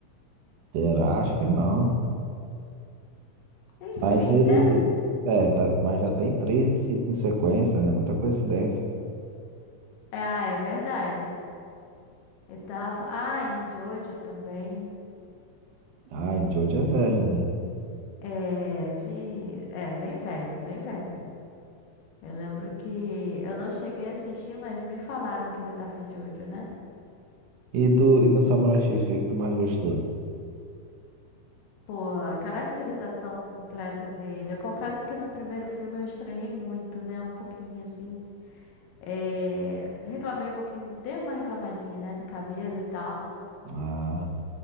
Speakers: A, on the right; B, on the left.
A: Será? Acho que não.
B: Enfim,
A: Mas ele.
B: né?
A: É, tá... mas já tem três em se- em sequência, né? Muita coincidência.
B: É, Ah, é verdade. Ele tava. Ah, em Jojo também.
A: Ah, Jojo é velho, né?
B: É, de. É, bem velho, bem velho. Eu lembro que eu não cheguei a assistir, mas me falaram que ele tava em Jojo, né?
A: E do, e do Samurai X, o que que tu mais gostou?
B: Porra, a caracterização completa dele. Eu confesso que no primeiro filme eu estranhei muito, né? Um pouquinho assim. É... Reclamei um pouquinho, dei uma reclamadinha, né? Do cabelo e tal.
A: Ah,